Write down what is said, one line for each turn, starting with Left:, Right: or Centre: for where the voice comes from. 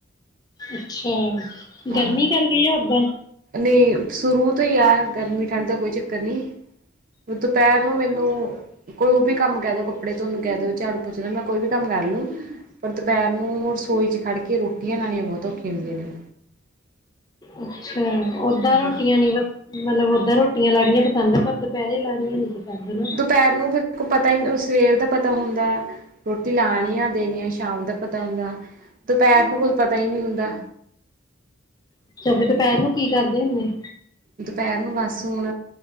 Left: ਅੱਛਾ।
Right: ਹਾਂ
Left: ਗਰਮੀ ਕਰ ਗਈ ਆ ਉਦਾ
Right: ਨਹੀਂ ਸ਼ੁਰੂ ਤੋਂ ਹੀ ਆ ਗਰਮੀ ਠੰਡ ਦਾ ਕੋਈ ਚੱਕਰ ਨਹੀਂ। ਦੁਪਹਿਰ ਨੂੰ ਮੈਨੂੰ ਕੋਈ ਉਹ ਵੀ ਕੰਮ ਕਹਿ ਦਓ ਕੱਪੜੇ ਤੁਹਾਨੂੰ ਕਹਿ ਦਓ ਝਾੜੂ ਪੁੱਛਦਾ ਮੈਂ ਕੋਈ ਵੀ ਕੰਮ ਕਰ ਲਉ ਪਰ ਦੁਪਹਿਰ ਨੂੰ ਰਸੋਈ ਚ ਖੜ੍ਹ ਕੇ ਰੋਟੀਆਂ ਲਾਉਣੀਆਂ ਬਹੁਤ ਔਖੀਆਂ ਹੁੰਦੀਆਂ ਨੇ
Left: ਅੱਛਾ ਓਦਾਂ ਰੋਟੀਆਂ
Right: ਹਾਂ
Left: ਨੀ ਬ ਮਤਲਬ ਓਦਾਂ ਰੋਟੀਆਂ ਲਾਉਣੀਆਂ ਪਸੰਦ ਆ ਪਰ ਦੁਪਹਿਰੇ ਲਾਣੀਆਂ ਨੀ ਪਸੰਦ ਨਾ।
Right: ਦੁਪਹਿਰ ਨੂੰ ਬ ਕੋਲ ਪਤਾ ਹੀ ਨਹੀਂ ਉਸ ਸਵੇਰ ਦਾ ਪਤਾ ਹੁੰਦਾ ਰੋਟੀ ਲਾਣੀ ਆ ਦੇਣੀ ਆ ਸ਼ਾਮ ਦਾ ਪਤਾ ਹੁੰਦਾ। ਦੁਪਹਿਰ ਨੂੰ ਕੋਈ ਪਤਾ ਹੀ ਨਹੀਂ ਹੁੰਦਾ।
Left: ਅੱਛਾ ਫਿਰ ਦੁਪਹਿਰ ਨੂੰ ਕੀ ਕਰਦੇ ਹੁੰਦੇ।
Right: ਦੁਪਹਿਰ ਨੂੰ ਬਸ ਹੁਣ